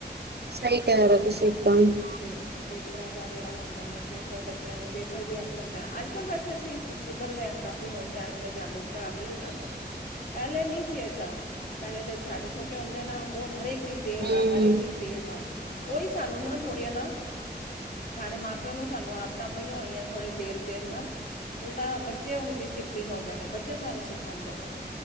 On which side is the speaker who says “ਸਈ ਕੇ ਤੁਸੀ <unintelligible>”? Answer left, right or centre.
Right